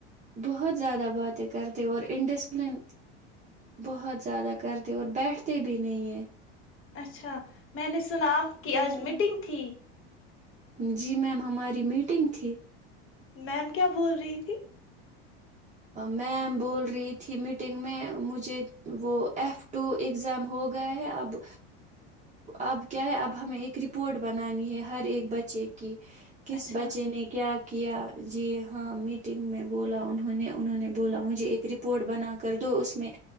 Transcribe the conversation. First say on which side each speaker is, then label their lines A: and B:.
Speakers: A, on the right; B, on the left.
A: بہت زیادہ باتیں کرتے اور انڈسپلن بہت زیادہ کرتے اور بیٹھتے بھی نہیں ہیں
B: اچھا میں نے سنا آپ کی آج
A: ہیں
B: میٹنگ
A: نا
B: تھی
A: جی میم ہماری میٹنگ تھی
B: میم کیا بول رہی تھی
A: میم بول رہی تھی میٹنگ میں مجھے وہ ایف ٹو اگزام ہو گیا ہے اب اب کیا ہے اب ہمیں ایک رپورٹ بنانی ہے ہر ایک بچے کی کس
B: اچھا
A: بچے نے کیا کیا کیا جی ہاں میٹنگ میں بولا انہوں نے انہوں نے بولا مجھے ایک رپورٹ بنا کر دو اس میں